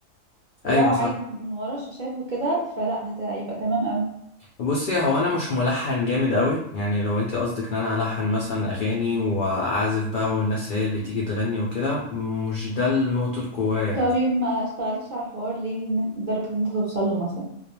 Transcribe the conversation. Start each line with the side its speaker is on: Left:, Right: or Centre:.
Left: ايوه
Right: لو
Left: صح
Right: عادي من ورا الشاشات وكده فلا هت- هيبقى تمام قوي
Left: بصي هو انا مش ملحن جامد قوي يعني لو انت قصدك ان انا الحن مثلا اغاني واعزف بقى والناس هي اللي تيجي تغني وكده مش ده نقطة قوايا يعني
Right: طيب ما اشتغلتش على الحوار ليه لن- لدرجة انت توصل له مثلا